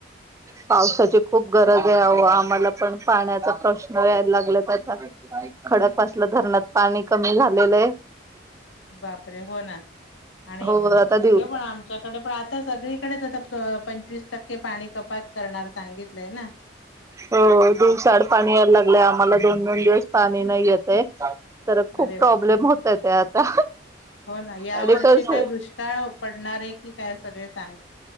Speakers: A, on the right; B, on the left.
A: पावसाची खुप गरज आहे ओ आम्हाला पण पाण्याचा प्रश्न नळ यायला लागलंत आता खडक पासलं धरणात पाणी कमी झालेलय.
B: बापरे हो ना आणि
A: हो
B: इकडे
A: आता
B: इकडे
A: दिव
B: पण आमच्याकडे पण आता सगळीकडेच आता पंचवीस टक्के पाणी कपात करणार सांगितलंय ना
A: हो दिवसाड पाणी यायला लागलं आम्हाला दोन दोन दिवस पाणी नाही येते तर खूप
B: अरे
A: प्रॉब्लेम
B: बापरे
A: होतय ते आता
B: हो ना या
A: आणि
B: वर्षी
A: कसं
B: काय दुष्काळ पडणार आहे की काय सगळे सांग